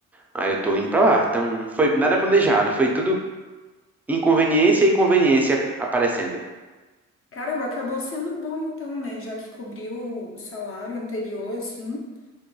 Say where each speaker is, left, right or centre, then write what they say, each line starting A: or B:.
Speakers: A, in the centre; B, on the left.
A: Aí eu tô indo para lá. Então não foi nada planejado, foi tudo inconveniência e conveniência aparecendo.
B: Caramba, acabou sendo bom então, né? Já que cobriu o salário anterior, assim.